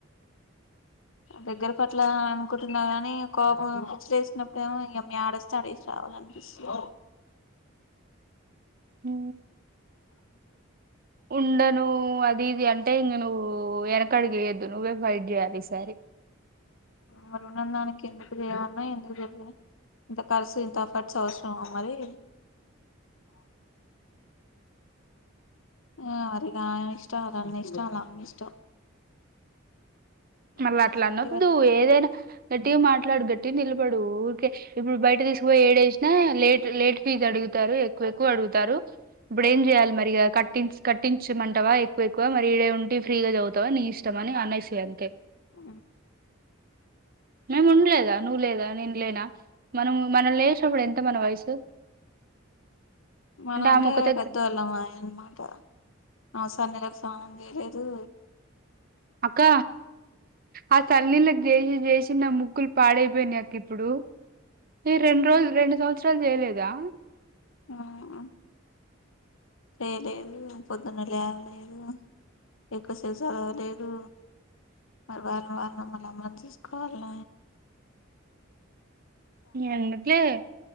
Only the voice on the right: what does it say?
ఊ ఉండను అది ఇది అంటే ఇంగ నువ్వు వెనక అడిగేయద్ నువ్వే ఫైట్ చేయాలి ఈ సారీ.
మళ్ళ
అట్ల అనొద్దు. ఏదైనా గట్టిగా మాట్లాడు గట్టిగ నిలబడు. ఊరికే ఇప్పుడు బయట తీసుకుపోయి ఏడేసిన లేట్ లేట్. ఇది అడుగుతారు ఎక్కువ ఎక్కువ అడుగుతారు. ఇప్పుడు ఏం చెయాలి మరి ఇగ కట్టిచ్ కట్టించమంటవా ఎక్కువ ఎక్కువ మరి ఇడే ఉండి ఫ్రీగా చవుతావా నీ ఇష్టమని అన్నాయ్ సీ యంకే
మేము ఉండ్లేదా నువ్వు లేదా నేను లేనా మనము మనం లేసినప్పుడు ఎంత మన వయసు.
ఆమె ఒకతే
అక్క అ చన్నీలక్ చేసి చేసి నా ముక్కులు పాడైపోయినయ్ అక్క ఇప్పుడు. ఈ రెండు రోజుల్ రెండు సంవత్సరాలు చేయలేద్. దా
ఎందుకులే